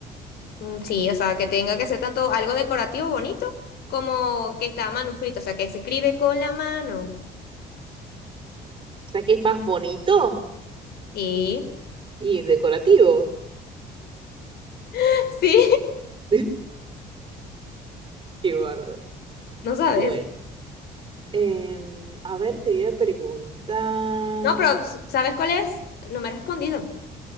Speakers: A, on the left (about 70°); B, on the right (about 30°).
A: Mm, Sí, o sea, que tenga que ser tanto algo decorativo bonito como que está manuscrito, o sea, que se escribe con la mano.
B: O sea que es más bonito
A: Sí,
B: y decorativo.
A: <laughs> Sí,
B: <laughs> Qué bárbaro.
A: no sabes.
B: Bueno, em, a ver, te voy a preguntar.
A: No, pero s- ¿sabes cuál es? No me has respondido.